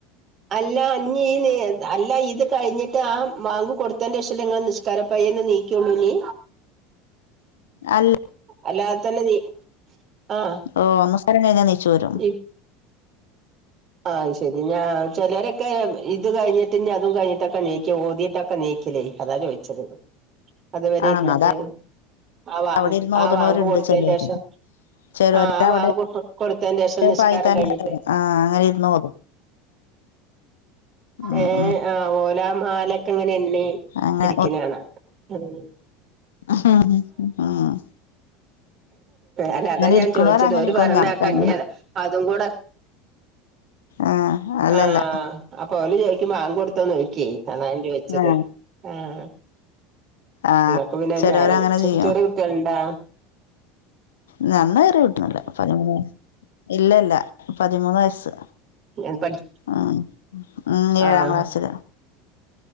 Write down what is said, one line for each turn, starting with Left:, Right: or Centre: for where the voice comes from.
Right: അല്ല അ ഈനി അല്ല ഇത് കഴിഞ്ഞിട്ട് ആഹ് മാങ്ക് കൊടുത്തെന്റെഷല്ലെ ങ്ങള് ന്നിസ്കാരപ്പയേന്ന് നീക്കൊള്ളൂനീ?
Left: അൽ
Right: അല്ലാതെ തെന്നെ നീ ആഹ്
Left: ഓഹ് നമസ്ക്കാരം കഴിഞ്ഞ നീച്ചോരും.
Right: ഇ ആഹ് അയ്ശെരി ഞാ ചെലോരൊക്കെ ഇത് കഴിഞ്ഞിട്ട് ഇഞ്ഞ് അതും കഴിഞ്ഞിട്ടൊക്കെ നീക്ക ഓതീട്ടൊക്കെ നീക്കലേയ്. അതാ ചോഴിച്ചത് അത് വരെ
Left: ആ
Right: ഇര്ന്നിട്ട്
Left: അതാ
Right: ആഹ് വാങ്ങ്
Left: അവിടെ ഇരുന്ന്
Right: ആഹ്
Left: ഓതണോരുണ്ട്
Right: വാങ്കോട്ത്തെന്റേഷം.
Left: ചിലര് ചിലര്
Right: ആഹ്
Left: അവിടെ
Right: വാങ്കൊട്ത് കൊടുത്തേന്റേഷം നിസ്കാരം
Left: പായിത്താൻ
Right: കഴിഞ്ഞിട്ട്.
Left: ആ അങ്ങനെ ഇരുന്ന് ഓതും ഉം
Right: ഏഹ്
Left: ഉം
Right: ആഹ് ഓലാ മലൊക്കെങ്ങനെണ്ണി
Left: അങ്ങനെ
Right: ഇരിക്ക്നാണ അത്
Left: ആഹ് ആഹ്
Right: അല്ല അതാ ഞാൻ
Left: ഇരിക്കണോര്
Right: ചോയിച്ചത്
Left: അങ്ങനെ
Right: ഓര്
Left: ഇരിക്കും
Right: പറെണെക്ക
Left: നമുക്കങ്ങനെ
Right: ഇഞ്ഞത അതും കൂടെ
Left: ആഹ് അല്ല
Right: ആഹ്
Left: അല്ല
Right: അപ്പൊ ഓല് ചോയിക്കും ബാങ്കോട്ത്തോന്ന് ചോയിക്കും അതാ ഞാൻ ചോയിച്ചത്
Left: ആ
Right: ആഹ്.
Left: ആ
Right: ഇങ്ങക്ക് പിന്നെ
Left: ചിലവര്
Right: ന്നേരം
Left: അങ്ങനെ
Right: ചേർ
Left: ചെയ്യും
Right: ചെറിയ കുട്ട്യാള്ണ്ടാ?
Left: ന്നന്നെ ചെറിയൊട്ടിന്നുല്ല പതിമൂന്ന് ഇല്ലല്ല പതിമൂന്ന് വയസ്സ്.
Right: എഹ് പഠി
Left: ആഹ് ഉം
Right: ആഹ്
Left: ഏഴാം ക്ലാസ്സില്